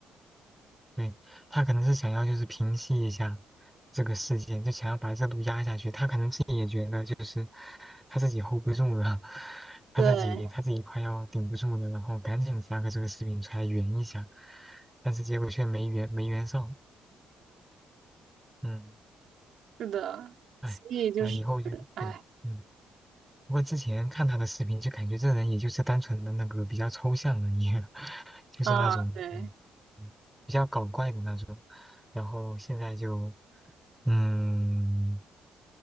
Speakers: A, in the centre; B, on the right (about 65°).
A: 对，他可能是想要就是平息一下这个事件，就想要把热度压下去。他可能自己也觉得就是他自己 hold 不住了，他自己他自己快要顶不住了，
B: 对，
A: 然后赶紧发个这个视频出来圆一下，但是结果却没圆没圆上。嗯，
B: 是的，
A: 哎，
B: 所以就是，
A: 我以后就对，
B: 哎，
A: 嗯。不过之前看他的视频，就感觉这人也就是单纯的那个比较抽象的一个，<laughs> 就是那种嗯嗯比较搞怪的那种。
B: 啊，对。
A: 然后现在就嗯，